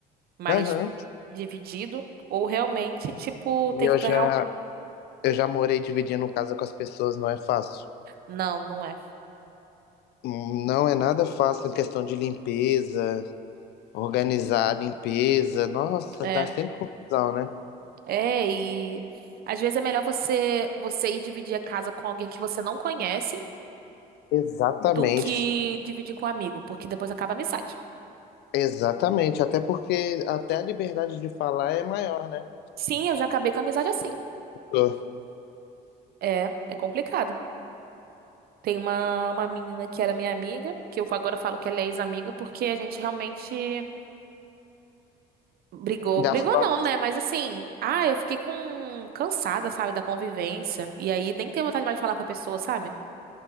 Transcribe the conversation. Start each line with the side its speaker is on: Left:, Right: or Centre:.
Right: Mas
Left: Aham.
Right: dividido. Ou realmente, tipo,
Left: E
Right: ter
Left: eu
Right: que ganhar
Left: já,
Right: um.
Left: eu já morei dividindo casa com as pessoas, não é fácil.
Right: Não, não é.
Left: Hum, Não é nada fácil em questão de limpeza, organizar a limpeza. Nossa,
Right: É.
Left: dá sempre confusão, né?
Right: É, e às vezes é melhor você você ir dividir a casa com alguém que você não conhece
Left: Exatamente.
Right: do que dividir com um amigo, porque depois acaba a amizade.
Left: Exatamente. Até porque até a liberdade de falar é maior, né?
Right: Sim, eu já acabei com a amizade assim.
Left: Tô.
Right: É, é complicado. Tem uma, uma menina que era minha amiga, que eu agora falo que ela é ex-amiga, porque a gente realmente brigou.
Left: Gastou,
Right: Brigou não, né? Mas assim, ah, eu fiquei com cansada, sabe, da convivência. E aí nem tenho vontade mais de falar com a pessoa, sabe?